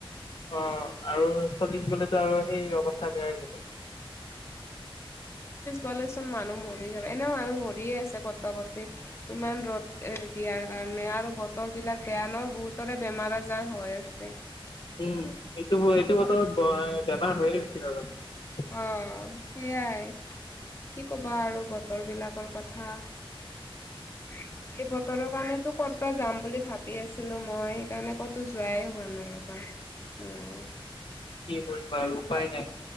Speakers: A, on the left (about 55°); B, on the left (about 30°).
A: অ, ' আৰু চলি গ'লেতো আৰু সেই অৱস্থা বেয়া হৈ গল।
B: হলেচোন মানুহ মৰি যাব। এনেও মানুহ মৰিয়ে আছে কতবা- কতবা। ইমান ৰ'দ এ দিয়াৰ কাৰণে আৰু। বতৰ বিলাক বেয়া ন। বহুতৰে বেমাৰ আজাৰ হৈ আছে।
A: উম এইটো এইটো বতৰত বেমাৰ হয়য়ে সকলোৰে।
B: অ', সেইয়াই কি ক'বা আৰু, বতৰ বিলাকৰ কথা। এই বতৰৰ কাৰণেটো ক'তবা যাম বুলি ভাবি আছিলো মই। সেইকাৰণে ক'তো যোৱাই হোৱা নাই ৰবা। আৰু,
A: কি কৰি বাৰু উপায় নাই।